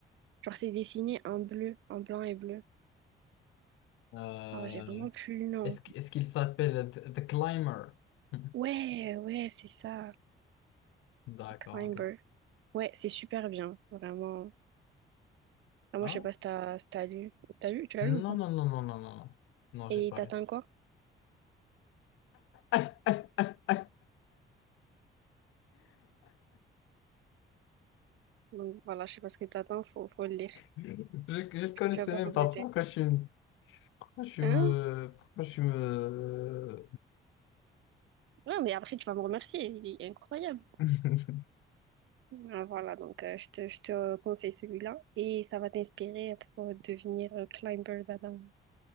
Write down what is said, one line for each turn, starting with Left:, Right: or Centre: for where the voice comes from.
Right: Genre, c'est dessiné en bleu, en blanc et bleu.
Left: Euh,
Right: Alors, j'ai vraiment plus le nom.
Left: est-ce, qu- est-ce qu'il s'appelle The, The Climber? <laughs>
Right: Ouais, ouais, c'est ça.
Left: D'accord,
Right: Climber.
Left: ok.
Right: Ouais, c'est super bien, vraiment. Ah, moi,
Left: Ah
Right: je sais
Left: ouais?
Right: pas si t'as si t'as lu. T'as lu? Tu l'as lu ou
Left: Non,
Right: pas?
Left: non, non, non, non, non. Non, Non, j'ai
Right: Et
Left: pas.
Right: t'attends quoi?
Left: <laughs>
Right: Donc voilà, je sais pas ce que t'attends, faut, faut le lire.
Left: Je, je le connaissais
Right: Tu vas pas
Left: même
Right: regretter.
Left: pas. Pourquoi je suis, pourquoi je suis
Right: Hein?
Left: me, pourquoi je suis me,
Right: Non, mais après, tu vas me remercier, il est incroyable.
Left: <laughs>
Right: Ah, voilà, donc euh, je te, je te conseille celui-là et ça va t'inspirer pour devenir euh, climber dans, dans